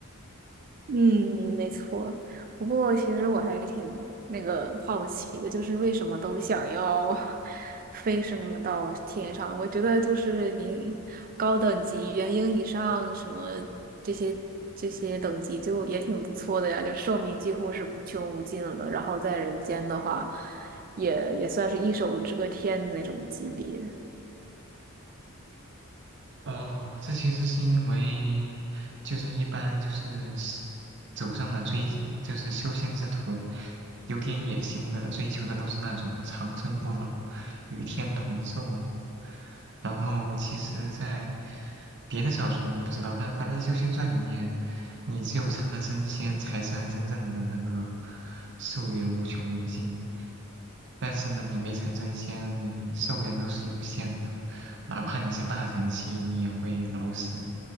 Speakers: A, on the right; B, on the right.
A: 嗯，没错。不过其实我还挺那个好奇的，就是为什么都想要 <laughs> 飞升到天上？我觉得就是你高等级元婴以上什么这些这些等级就也挺不错的呀，就寿命几乎是无穷无尽了。然后在人间的话，也也算是一手遮天的那种级别。
B: 哦，这其实是因为，就是一般就是是走上了追，就是修仙之途，有点野心的，追求的都是那种长生不老、与天同寿嘛。然后其实，在别的小说我不知道，但反正《修仙传》里面，你只有成了真仙，才算真正的那个寿元无穷无尽。但是呢，你没成真仙，你寿元都是有限的，哪怕你是大成期，你也会老死。